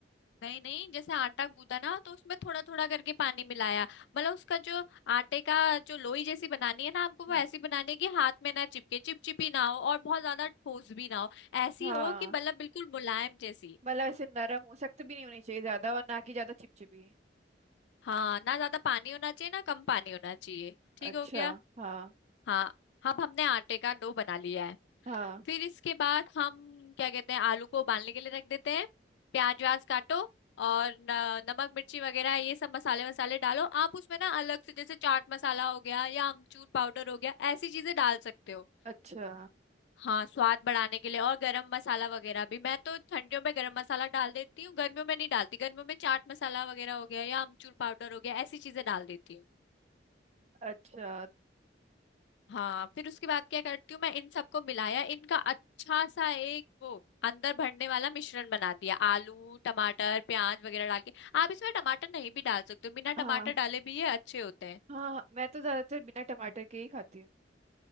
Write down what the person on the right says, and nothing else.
हाँ
हाँ
मतलब ऐसे नरम हो सख्त भी नहीं होनी चाहिए ज्यादा और ना कि ज्यादा चिपचिपी
हाँ
अच्छा
हाँ
हाँ
अच्छा
अच्छा
हाँ
हाँ मैं तो ज्यादातर बिना टमाटर के ही खाती हूँ